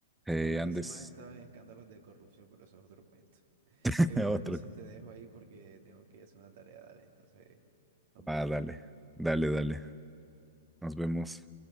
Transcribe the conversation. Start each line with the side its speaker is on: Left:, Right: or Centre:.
Centre: Eh,
Right: Además,
Centre: Andes,
Right: ese más estaba en escándalos de corrupción, pero eso es otro cuento.
Centre: <laughs>
Right: Eh, bueno,
Centre: otro.
Right: entonces te dejo ahí porque tengo que ir a hacer una tarea, dale. Entonces, nos vemos.
Centre: Ah, dale, dale, dale. Nos vemos.